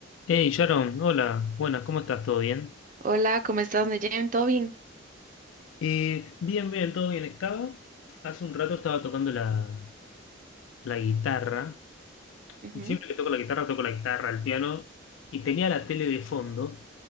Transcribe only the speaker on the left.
Hey Sharon, hola, buenas, ¿cómo estás? ¿Todo bien?
Eh, bien, bien, todo bien. Estaba, hace un rato estaba tocando la, la guitarra.
Siempre que toco la guitarra, toco la guitarra, el piano, y tenía la tele de fondo,